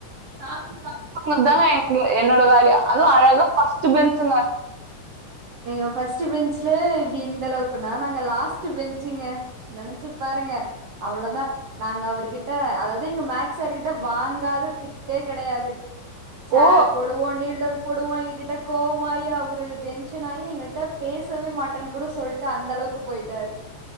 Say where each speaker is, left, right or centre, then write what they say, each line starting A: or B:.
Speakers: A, on the right; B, on the right.
A: சாப்ட்டு சா
B: இதாங்க எங்க என்னோட வேலயே அதுவுஅழகா ஃபஸ்ட்டு பென்ச்சுங்க
A: நீ ஃபஸ்ட்டு பெஞ்சில இப்டி இந்தளவுக்குன்னா நாங்க லாஸ்ட்டு பெஞ்சுங்க நெனைச்சு பாருங்க அவ்ளோதா நாங்க அவர்கிட்ட அதாவது எங்க மேக்ஸ் சார்கிட்ட வாங்காத திட்டே கெடையாது சேர்
B: ஓ
A: போடுவோ நீல்டௌன் போடுவோ எங்க கிட்ட கோவமாயி அவரு டென்ஷன் னாயி எங்கள்கிட்ட பேசவே மாட்டேன்னு கூட சொல்லிட்டு அந்த அளவுக்கு போய்ட்டாரு